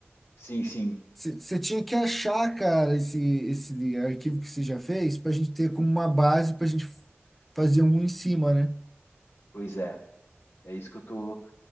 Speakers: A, on the left; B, in the centre.
A: Sim, sim,
B: você tinha que achar, cara, esse, esse arquivo que você já fez para a gente ter como uma base para a gente fazer um em cima, né?
A: pois é. É isso que eu tô.